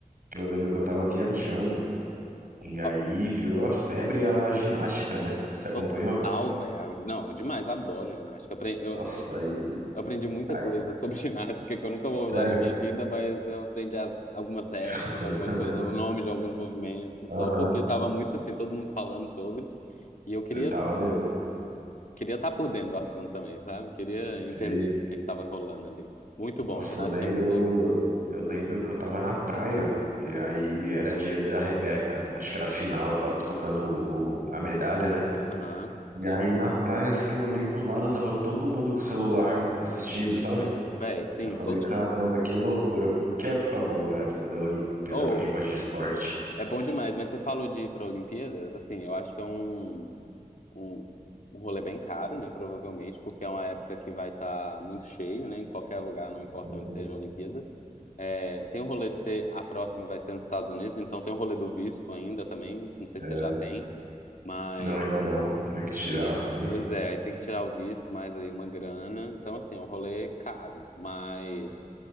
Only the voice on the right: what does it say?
que eu lembro que eu tava viajando. E aí
virou a febre a ginástica, né? Você acompanhou?
Nossa,
aí,
aí,
sério?
<laughs>
Aham,
você tava mesmo.
Sei.
Nossa,
eu lembro,
eu lembro que eu tava na praia e aí era dia da Rebeca, acho que era a final, ela tava disputando o- o- a medalha, né?
E
aí na praia assim, eu olhei pro lado, tava todo mundo com o celular assistindo, sabe?
Eu falei,
caramba,
que loucura, que que época boa, a época da Olimpíada
pra quem gosta de esporte.
Uhum.
é.
Não, ainda não. Teria que tirar também.